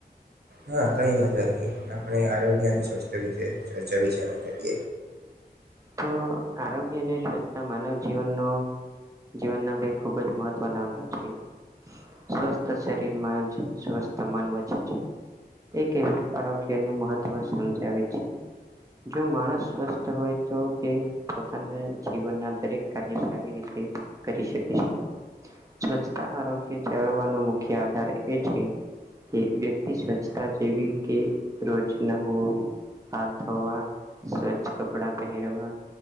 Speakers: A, on the right; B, on the right.
A: હા કઈ વાંધર નહી આપણે આરોગ્યની સ્વસ્થ વિશે ચર્ચા વિશે કરી.
B: તો આરોગ્ય અને સ્વચ્છતા માનવ જીવનનો જીવનના બે ખૂબ જ મહત્વના અંગો છે. સ્વસ્થ શરીરમાં જ સ્વસ્થ મન વચે છે એવ આરોગ્યનું મહત્વ સમજાવે છે જો માણસ. સ્વસ્થ હોય તો તે પોતાના જીવનના દરેક કાર્ય સારી રીતે કરી શકે. સ્વચ્છતા આરોગ્ય જાળવવાનો મુખ્ય આધાર એ છે. કે વ્યક્તિ સ્વચ્છતા જેવી કે રોજના હો. હાથ ધોવા સ્વચ્છ કપડા પહેરવા.